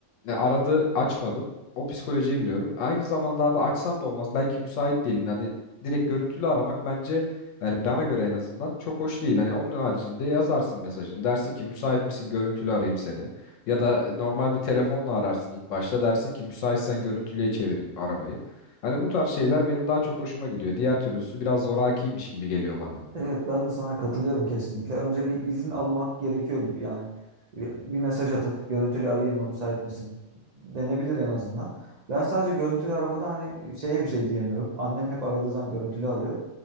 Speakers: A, on the left; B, on the right.
A: e, aradı açmadım. O psikolojiye giriyorum. Aynı zamanda abi açsam da olmaz. Belki müsait değilim. Hani direkt görüntülü aramak bence yani bana göre en azından çok hoş değil. Hani onun haricinde yazarsın mesajını. Dersin ki müsait misin? Görüntülü arayayım seni. Ya da normal bir telefonla ararsın ilk başta dersin ki müsaitsen görüntülüye çevireyim aramayı. Hani bu tarz şeyler benim daha çok hoşuma gidiyor. Diğer türlüsü biraz zorakiymiş gibi geliyor bana.
B: Evet ben de sana katılıyorum kesinlikle. Önce bir izin almak gerekiyor gibi yani. Bir bir mesaj atıp görüntülü arayayım mı müsait misin? Denebilir en azından. Ben sadece görüntülü aramada hani şeye bir şey diyemiyorum. Annem hep aradığı zaman görüntülü arıyor.